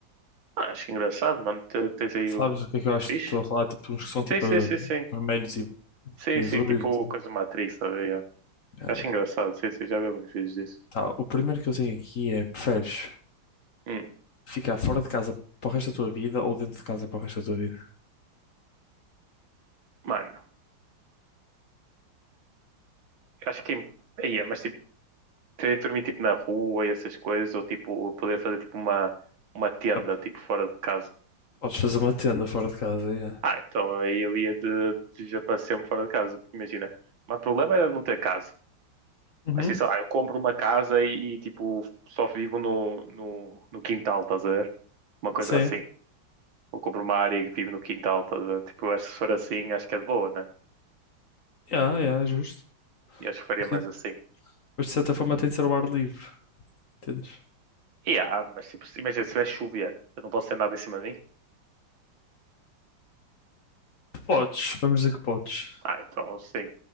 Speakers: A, on the right; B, on the left.
A: Ah, acho engraçado, mano. Te- Tens aí
B: Sabes
A: o.
B: o que é que eu acho?
A: Fixe?
B: Estou a falar tipo uns que são tipo
A: Sim, sim,
B: eh,
A: sim, sim.
B: vermelhos e,
A: Sim,
B: e azuis.
A: sim, tipo
B: assim.
A: coisa de Matrix sabe? Yeah.
B: Ah,
A: Acho
B: é.
A: engraçado, sim, sim, já vi alguns vídeos disso.
B: Tá, o primeiro que eu tenho aqui é preferes
A: Hum.
B: Ficar fora de casa para o resto da tua vida ou dentro de casa para o resto da tua vida?
A: Mano, acho que. Aí, mas tipo, queria dormir tipo na rua e essas coisas, ou tipo, poder fazer tipo uma, uma tenda,
B: Ah,
A: tipo, fora de casa.
B: podes fazer uma tenda fora de casa, yeah.
A: Ah, então aí eu ia de, de já para sempre fora de casa, porque imagina. Mas o problema era não ter casa.
B: Uhum.
A: Mas assim, sei lá, eu compro uma casa e, e, tipo, só vivo no, no, no quintal, estás a ver? Uma coisa
B: Sim,
A: assim. Eu compro uma área e vivo no quintal, estás a ver? Tipo, eu acho que se for assim, acho que é de boa, né?
B: yeah, yeah, justo.
A: Eu acho que faria
B: Sim,
A: mais assim.
B: Mas de certa forma tem de ser o ar livre, entendes?
A: E ah, mas tipo, se- imagina, se vai chover, eu não posso ter nada em cima de mim?
B: podes, vamos dizer que podes.
A: Ah, então sim.